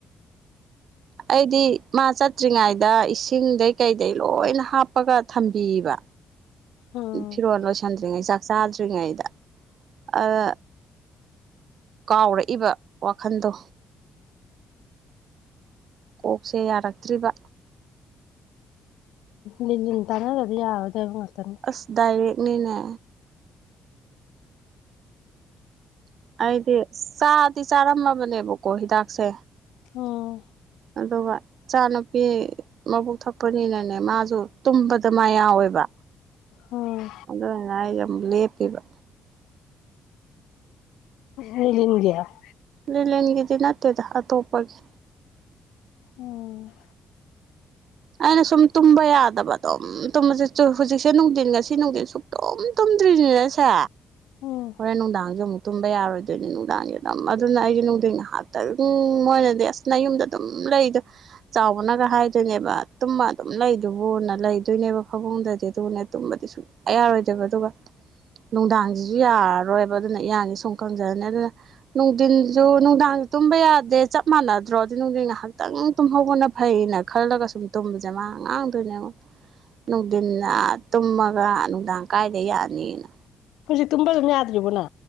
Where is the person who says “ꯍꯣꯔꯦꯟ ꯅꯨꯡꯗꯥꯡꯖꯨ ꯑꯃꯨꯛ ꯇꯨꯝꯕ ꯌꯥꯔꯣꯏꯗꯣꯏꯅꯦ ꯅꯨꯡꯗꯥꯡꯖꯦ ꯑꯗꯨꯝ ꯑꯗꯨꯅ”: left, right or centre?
Right